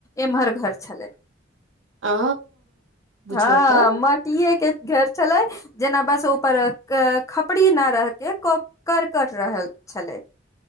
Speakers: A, on the left; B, on the right.
A: एम्हर घर छलै,
B: आ
A: हँ
B: बुझियौ तऽ
A: म ट्टीएके घर छलै। जेना बस ओपर क क खपरी न रहके, क करकट रहल। छलै,